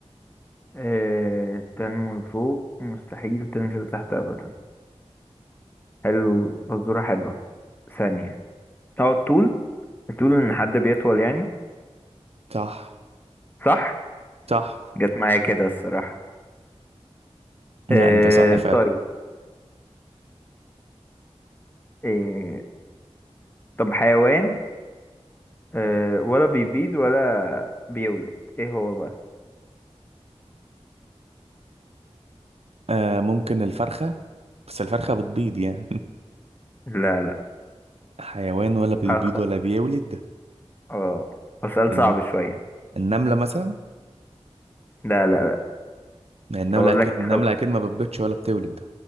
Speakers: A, on the left (about 15°); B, on the right (about 65°).
A: أه تنمو لفوق مستحيل تنزل تحت ابدا حلو فزورة حلوة ثانية اه الطول الطول ان حد بيطول يعني
B: صح
A: صح
B: صح
A: جت معايا كده الصراحة
B: لا
A: أه
B: انت صح فعلا
A: طيب أه طب حيوان أه ولا بيبيض ولا بيولد ايه هو بقى
B: آه ممكن الفرخة بس الفرخة بتبيض يعني
A: لا لا
B: <laughs> حيوان ولا بيبيض
A: أخ...
B: ولا بيولد
A: اه هو سؤال
B: الن-
A: صعب شوية
B: النملة مثلا
A: لا لا لا
B: يعني النملة
A: اقول
B: أكيد
A: لك
B: النملة
A: خلاص
B: أكيد ما بتبيضش ولا بتولد